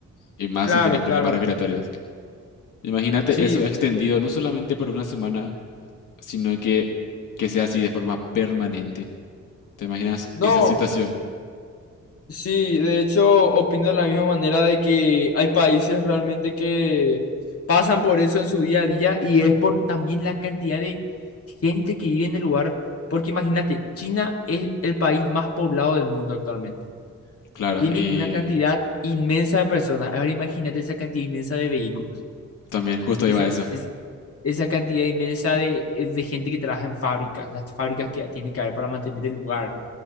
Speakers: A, on the left; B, on the left.
A: Y más
B: Claro,
A: si tenés problemas
B: claro.
A: respiratorios. Imagínate
B: Sí.
A: eso extendido no solamente por una semana, sino que, que sea así de forma permanente. ¿Te imaginas
B: No,
A: esa situación?
B: Sí, de hecho, opino de la misma manera de que hay países realmente que pasan por eso en su día a día y es por también la cantidad de gente que vive en el lugar. Porque imagínate, China es el país más poblado del mundo actualmente.
A: Claro,
B: Tiene
A: y
B: una cantidad inmensa de personas. Ahora imagínate esa cantidad inmensa de vehículos,
A: también justo
B: esa,
A: iba a eso.
B: es, esa cantidad inmensa de, de gente que trabaja en fábricas, las fábricas que tiene que haber para mantener el lugar